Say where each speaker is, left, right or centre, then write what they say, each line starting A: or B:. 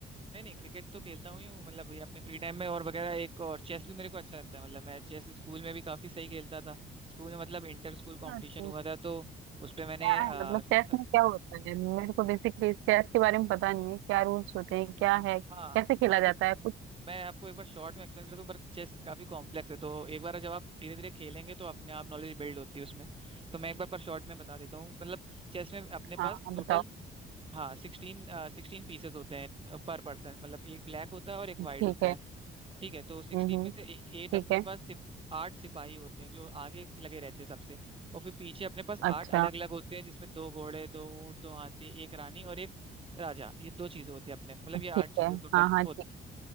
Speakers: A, on the right; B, on the right.
A: नहीं नहीं क्रिकेट तो खेलता हूँ ही हूँ मतलब ये अपने फ्री टाइम में और वगैरह एक और चेस भी मेरे को अच्छा लगता है मतलब मैं चेस स्कूल में भी काफी सही खेलता था स्कूल में मतलब इंटर स्कूल कंपटीशन
B: हाँ तो
A: हुआ था तो उस पे मैंने
B: क्या है
A: आ,
B: मतलब
A: स-
B: चेस
A: अ,
B: में क्या होता है मेरे को बेसिकली चेस के बारे में पता नहीं है क्या रूल्स होते हैं क्या है कैसे
A: हाँ
B: खेला
A: हाँ
B: जाता
A: तो
B: है कुछ
A: मैं आपको एक बार शॉर्ट में एक्सप्लेन कर दूं पर चेस काफी कॉम्प्लेक्स है तो एक बार जब आप धीरे धीरे खेलेंगे तो अपने आप नॉलेज बिल्ड होती है उसमें तो मैं एक बार पर शॉर्ट में बता देता हूँ मतलब चेस में अपने पास
B: हाँ हाँ
A: टोटल
B: बताओ
A: हाँ सिक्सटीन सिक्सटीन पीसेस होते हैं पर पर्सन मतलब एक ब्लैक होता है और एक
B: ठीक
A: वाइट होता
B: है
A: है ठीक है तो सिक्सटीन
B: हम्म हम्म,
A: में से एट
B: ठीक
A: अपने
B: है
A: पास सिप, आठ सिपाही होते हैं जो आगे लगे रहते हैं सबसे और फिर पीछे अपने पास आठ
B: अच्छा
A: अलग अलग होते हैं जिसमें दो घोड़े दो ऊंट दो हाथी एक रानी और एक राजा ये दो चीजें होती है अपने मतलब
B: ठीक
A: ये आठ चीजें
B: है
A: टोटल
B: हाँ हाँ
A: होती
B: ठीक
A: है